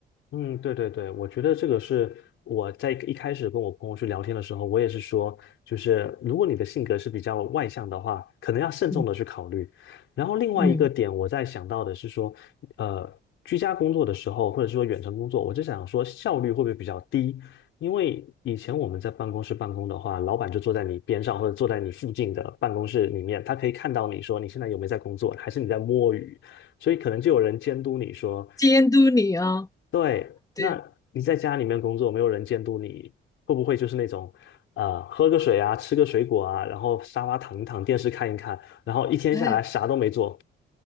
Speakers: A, on the left; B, on the left.
A: 嗯，对对对，我觉得这个是我在一开始跟我朋友去聊天的时候，我也是说，就是如果你的性格是比较外向的话，可能要慎重的去考虑。
B: 嗯
A: 然后另外一个点，
B: 嗯，
A: 我在想到的是说，呃，居家工作的时候，或者是说远程工作，我就想说效率会不会比较低？因为以前我们在办公室办公的话，老板就坐在你边上或者坐在你附近的办公室里面，他可以看到你说你现在有没有在工作，还是你在摸鱼。所以可能就有人监督你说，
B: 监督你啊，
A: 对，
B: 对，
A: 那你在家里面工作，没有人监督你，会不会就是那种，呃，喝个水啊，吃个水果啊，然后沙发躺一躺，电视看一看，然后一天下来啥都没做，
B: 哎。